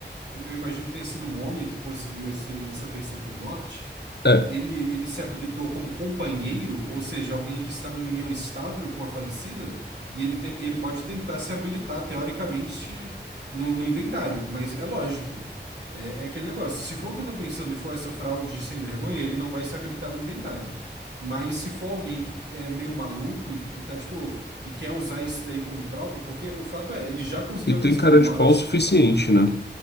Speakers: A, on the right; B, on the left.
A: eu imagino que tenha sido um homem que conseguiu esse, essa pensão por morte.
B: É,
A: Ele, ele se habilitou como companheiro, ou seja, alguém que estava em união estável com a falecida, e ele, tem, ele pode tentar se habilitar teoricamente no, no inventário, mas é lógico. É, é aquele negócio. Se for o que eu estou pensando e for essa fraude de sem vergonha, ele não vai se habilitar no inventário. Mas se for alguém que é meio maluco e, e tá tipo, e quer usar isso daí como prova, porque o fato é, ele já conseguiu
B: E
A: a
B: tem
A: pensão
B: cara
A: por morte.
B: de pau o suficiente, né?